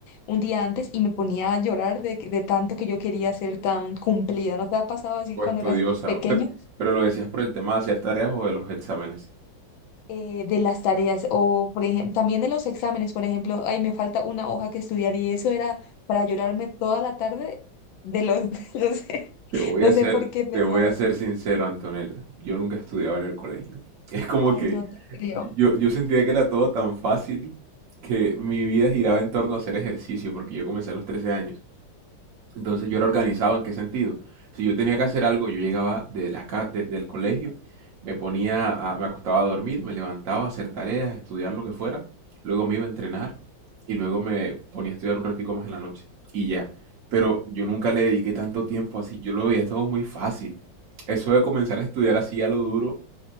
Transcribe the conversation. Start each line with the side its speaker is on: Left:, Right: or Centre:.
Left: un día antes y me ponía a llorar de, que- de tanto que yo quería ser tan cumplida. ¿No te ha pasado así
Right: o
Left: cuando
Right: estudiosa.
Left: eras pequeño?
Right: Pero, pero lo decías por el tema de hacer tareas o de los exámenes.
Left: eh, de las tareas o, por ejemplo, también de los exámenes, por ejemplo, ay, me falta una hoja que estudiar y eso era para llorarme toda la tarde de los, <laughs> no sé,
Right: Te voy
Left: no
Right: a ser,
Left: sé por qué pensaba
Right: te voy a
Left: así.
Right: ser sincero, Antonella. Yo nunca estudiaba en el colegio. Es como
Left: Ay,
Right: que
Left: no te creo.
Right: yo, yo sentía que era todo tan fácil que mi vida giraba en torno a hacer ejercicio, porque yo comencé a los 13 años. Entonces yo era organizado en qué sentido. Si yo tenía que hacer algo, yo llegaba de la ca- de- del colegio, me ponía, a- me acostaba a dormir, me levantaba a hacer tareas, estudiar lo que fuera, luego me iba a entrenar y luego me ponía a estudiar un ratico más en la noche y ya. Pero yo nunca le dediqué tanto tiempo así, yo lo veía todo muy fácil. Eso de comenzar a estudiar así a lo duro